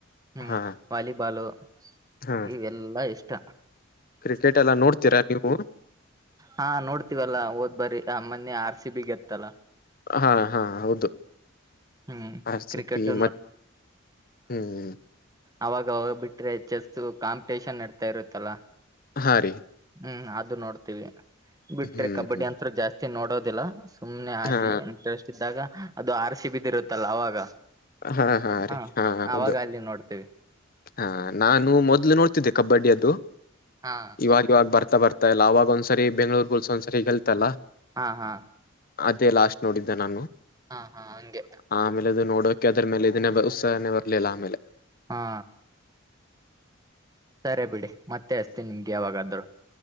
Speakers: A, on the right; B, on the left.
A: ಹ್ಮ್
B: ಹಾ
A: ವಾಲಿಬಾಲು
B: ಹಾ
A: ಇವೆಲ್ಲಾ ಇಷ್ಟ.
B: ಕ್ರಿಕೆಟ್ ಎಲ್ಲ ನೋಡ್ತೀರಾ ನೀವು
A: ಹಾ ನೋಡ್ತೀವಲ್ಲ. ಬರಿೀ ಆ ಮನೆಿ ಆರ್ ಸಿ ಬಿ ಎತ್ತಲ್ಲ.
B: ಹಾ ಹಾ ಹೌದು.
A: ಹ್ಮ್
B: ಆ ಸಿ
A: ಕ್ರಿಕೆಟ್
B: ಮ ಹ್ಮ್.
A: ಅವಾಗ ಹೋಗ್ ಬಿಟ್ರೆ ಚೆಸ್ಸ ಕಾಂಪಿಟೇಷನ್ ನಡ್ತಾ ಇರುತ್ತಲ್ಲ.
B: ಹಾಂ ರೀ.
A: ಹ್ಮ್ ಅದು ನೋಡ್ತೀವಿ ಬಿಟ್ರೆ
B: ಹ್ಮ್
A: ಕಬಡ್ಡಿ ಅಂತೂ ಜಾಸ್ತಿ. ನೋಡೋದಿಲ್ಲ ಸುಮ್ನೆ ಹಾಗೆ
B: ಹಾ
A: ಇಂಟ್ರೆಸ್ಟ್ ಇದ್ದಾಗ ಅದು ಆರ್ರಿಸಿ ಬಿದ್. ಇರುತ್ತಲ್ಲ ಅವಾಗ
B: ಹಾ
A: ಹಾ
B: ರೀ ಹೌದು
A: ಅವಾಗ ಅಲ್ಲಿ ನೋಡ್ತೇವಿ.
B: ಹಾ ನಾನು ಮೊದ್ಲು ನೋಡ್ತಿದ್ದೆ ಕಬಡ್ಡಿಿಯ ಅದ್ದು
A: ಹಾ
B: ಇವಾಗ ಇವಾಗ ಬರ್ತಾ ಬರ್ತಾ. ಇ ಇಲ್ಲ ಅವಾಗ ಒಂದ್ಸರಿ ಬೆಂಗಳೂರುಒಂದಸರಿ ಗೆಲ್ತಲ್ಲ
A: ಹಾ ಹಾ
B: ಅದೇ ಲಾಸ್ಟ್ ನೋಡಿದ್ದೆ ನಾನು
A: ಹಾ ಹಾ ಹಂಗೆ
B: ಆಮೇಲೆ ಅದು ನೋಡೋಕೆ ಅದ್ರ ಮೇಲೆ ಇದನ್ನೇ ಉತ್ಸಾವೇ ಬರಲಿಲ್ಲ ಆಮೇಲೆ
A: ಹಾ ಸರಿ ಬಿಡಿ ಮತ್ತೆ ಅಷ್ಟತಿ ನಿಮ್ಗೆ ಯಾವಾಗಾದ್